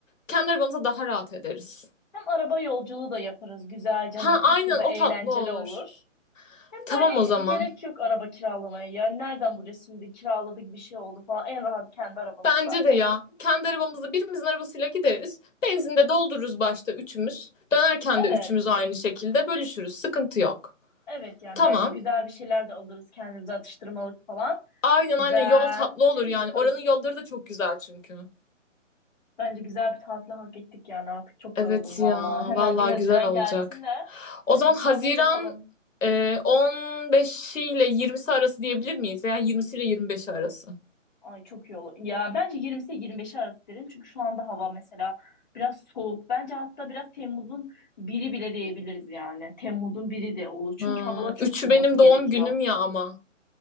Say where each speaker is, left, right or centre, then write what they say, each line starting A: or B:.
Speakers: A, on the left; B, on the left.
A: kendi arabamıza daha rahat ederiz.
B: Hem araba yolculuğu da yaparız. Güzelce
A: Ha
B: hani kız
A: aynen
B: kıza
A: o
B: eğlenceli
A: tatlı olur.
B: olur. Hem de
A: Tamam
B: hani
A: o zaman.
B: gerek yok araba kiralamaya. Ya nereden bulacağız şimdi kiraladık bir şey oldu falan. En rahat kendi arabamız
A: Bence
B: zaten.
A: de ya. Kendi arabamızla birimizin arabasıyla gideriz. Benzin de doldururuz başta üçümüz. Dönerken de
B: Evet.
A: üçümüz aynı şekilde bölüşürüz. Sıkıntı yok.
B: Evet yani
A: Tamam.
B: bence güzel bir şeyler de alırız kendimize atıştırmalık falan.
A: Aynen
B: Güzelce
A: aynen yol tatlı olur
B: yaparız.
A: yani. Oranın yolları da çok güzel çünkü.
B: Bence güzel bir tatil hak ettik yani artık çok
A: Evet
B: yoruldum valla.
A: ya.
B: Hemen
A: Vallahi
B: bir Haziran
A: güzel olacak.
B: gelsin de
A: O
B: hadi
A: zaman
B: bu planları
A: Haziran
B: yapalım.
A: e, 15 ile 20'si arası diyebilir miyiz? Yani 20'si ile 25'i arası.
B: Ay çok iyi olur. Ya bence 20'si 25'i arası derim çünkü şu anda hava mesela biraz soğuk. Bence hatta biraz Temmuz'un biri bile diyebiliriz yani. Temmuz'un biri de olur çünkü
A: Ha,
B: havalar çok
A: Üçü
B: ısınması
A: benim
B: gerekiyor.
A: doğum günüm ya ama.